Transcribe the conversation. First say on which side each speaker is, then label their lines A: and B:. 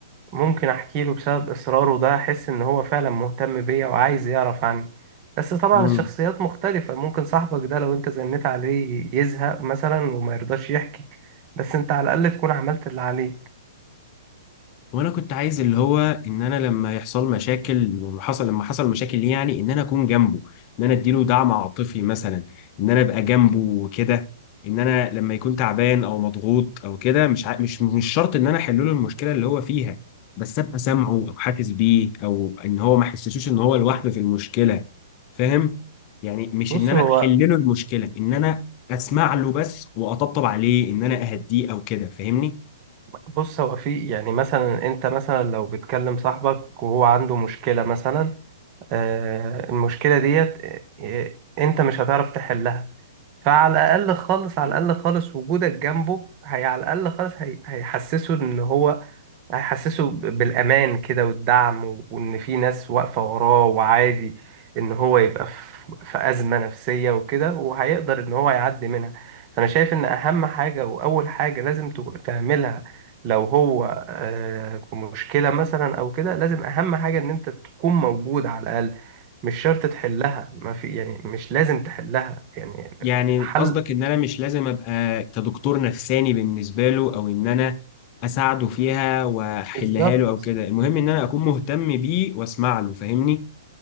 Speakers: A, on the right (about 35°); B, on the left (about 35°).
A: ممكن احكي له بسبب اصراره ده احس ان هو فعلا مهتم بيا وعايز يعرف عني بس طبعا
B: إمم.
A: الشخصيات مختلفة ممكن صاحبك ده لو انت زنيت عليه يزهق مثلا وما يرضاش يحكي بس انت على الاقل تكون عملت اللي عليك
B: وانا كنت عايز اللي هو ان انا لما يحصل مشاكل لما حصل لما حصل مشاكل ليه يعني ان انا اكون جنبه ان انا اديله دعم عاطفي مثلا ان انا ابقى جنبه وكده ان انا لما يكون تعبان او مضغوط او كده مش عا... مش مش شرط ان انا احل له المشكله اللي هو فيها بس ابقى سامعه او حاسس بيه او ان هو ما يحسسوش ان هو لوحده في المشكله فاهم يعني مش
A: بص
B: ان انا
A: هو
B: احل له المشكله ان انا اسمع له بس واطبطب عليه ان انا اهديه او كده فاهمني
A: بص هو في يعني مثلا انت مثلا لو بتكلم صاحبك وهو عنده مشكلة مثلا آه، المشكلة ديت آه، آه، انت مش هتعرف تحلها فعلى الأقل خالص على الأقل خالص وجودك جنبه هي على الأقل خالص هي... هيحسسه إن هو هيحسسه ب- بالأمان كده والدعم و- وإن في ناس واقفة وراه وعادي إن هو يبقى في في أزمة نفسية وكده وهيقدر إن هو يعدي منها أنا شايف إن أهم حاجة وأول حاجة لازم تك- تعملها لو هو آه، في مشكلة مثلا أو كده لازم أهم حاجة إن أنت تكون موجود على الأقل مش شرط تحلها ما في يعني مش لازم تحلها يعني
B: يعني
A: الحل
B: قصدك ان انا مش لازم ابقى كدكتور نفساني بالنسبه له او ان انا اساعده فيها واحلها
A: بالظبط
B: له او كده المهم ان انا اكون مهتم بيه واسمع له فاهمني